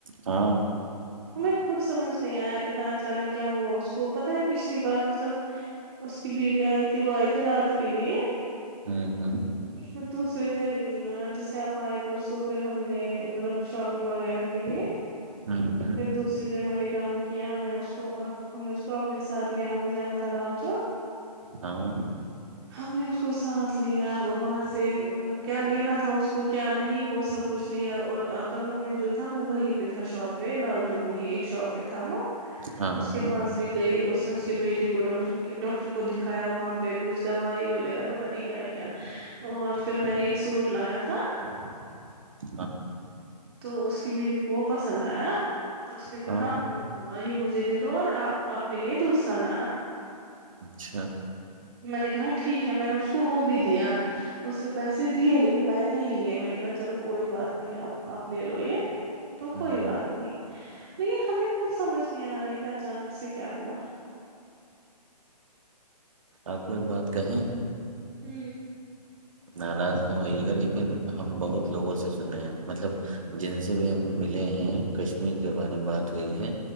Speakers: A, on the right (about 50°); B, on the right (about 35°).
A: ہاں
B: ہمیں خود سمجھ نہیں آیا اتنا اچانک کیا ہوا اس کو پتاہ ہے پچھلی بار مطلب اس کی بیوی آئی تھی وی تھ رات کے لیے
A: ہاں ہاں
B: پھر دوسرے دن جیسے آپ آئے پرسوں پھر ہم گئے مطلب شاپنگ وغیرہ کے لیے
A: ہاں
B: دوسری دن میں نے کام کیا میں نے اس کو ہم نے اس کو اپنے ساتھ لیا ہمیں جانا تھا لال چوک
A: ہاں
B: ہم نے اس کو ساتھ لیا اور وہاں سے مطلب کیا لینا تھا اس کو کیا نہیں وہ سب پچھ لیا اورتا مومٹ جو تھا وہی پہ تھا شاپ پہ لال جو میں ایک شاپ پہ تھا وہ
A: ہاں
B: اس کے
A: ہاں
B: پاس بھی گئی اس نے اس کے بیٹے کوٹ ڈاکٹر کو دکھایا وہاں پہ کچھ دوائی وغیرہ پتا نہیں کیا کیا کیا اور پھر میں نے ایک سوٹ لایا تھا
A: <inaudible>
B: تو اس کی بیوی کو وہ پسند آیا اس نے کہا
A: ہاں
B: یہ مجھے دے دو اور آپ اپنے لیے دوس سال
A: اچھا
B: میں نے کہا ٹھیک ہے میں نے اس کو وہ بھی دیا اس سے پیسے دیے لیکن میں نے نہیں لیے میں نے کہا چلو کوئی بات نہیں اب آپ لے لو یہ تو
A: ہوں
B: کوئی
A: ہوں
B: بات نہیں لیکن ہمیں کچھ سمجھ نہیں آ رہا ہے کہ اچانک سے کیا ہوا
A: آپ کوئی بات کہیں
B: ہوں
A: ناراض نہ ہوئی گا لیکن ہم بہت لوگوں سے سنے ہیں مطلب جن سے بھی ہم ملے ہیں کشمیر کے بارے میں بات ہوئی ہے